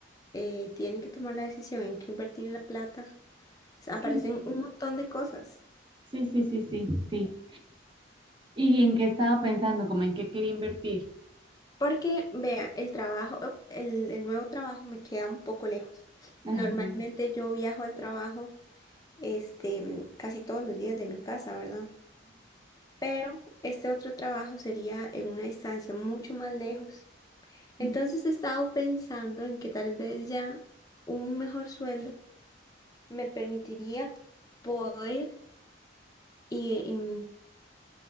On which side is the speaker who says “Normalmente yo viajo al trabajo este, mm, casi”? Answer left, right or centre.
Left